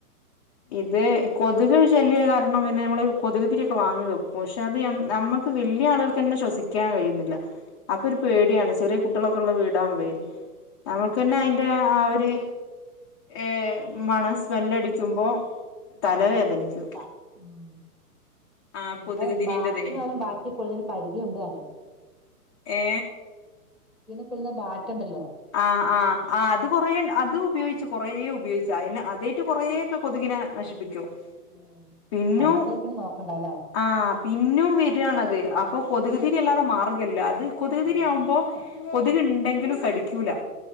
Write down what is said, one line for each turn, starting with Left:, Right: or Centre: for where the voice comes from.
Left: ഇത് കൊതുക് ശല്യവാ കാരണം പിന്നെ ഞങ്ങെള് കൊതുകുതിരിക്കെ വാങ്ങിവെക്കും. പക്ഷെ അത് ഞ നമ്മെക്ക് വെല്യായാളുകൾക്ക് തന്നെ ശ്വസിക്കാൻ കഴിയുന്നില്ല. അപ്പൊ ഒരു പേടിയാണ്. ചെറിയ കുട്ടികളൊക്കൊള്ള വീടാവുമ്പഴേ. നമ്മെക്ക്
Centre: ഇല്ല
Left: ന്നെ അയിന്റെ ആ ഒര്. ഏർ മണ സ്മെല്ലടിക്കുമ്പോ തലവേദനിക്കും
Centre: ആഹ ബുദ്ധിമുട്ടാ ഉ
Left: ആ
Centre: പിന്നെ
Left: കൊതുക് തിരീന്റെതേ
Centre: ബാറ്റുന്നാലും ബറ്റി കൊളതിന് പരിധി ഉണ്ട് താനും
Left: ഏ
Centre: ഇ ബാറ്റണ്ടല്ലോ
Left: ആ ആ ആ അത് കൊറ അത് ഉപയോഗിച്ചു കൊറേ ഉപയോഗിച്ചു ചൈന അതായിട്ട് കുറെേയ ഒക്കെ കൊതുകിനെ നശിപ്പിക്കുമോ
Centre: ഉം
Left: പിന്നും
Centre: കറണ്ടില്ലേ പിന്നെ നോക്കണ്ടാല്ലേ
Left: ആ പിന്നും വരിണത് അപ്പൊ കൊതുക്ുതിരി അല്ലാതെ മാർഗല്ല അത് കൊതുക്തിരിയാവുമ്പോൾ
Centre: ആഹ് ശരിയാ
Left: കൊതുക് ഉണ്ടെങ്കിലും കടി അക്കല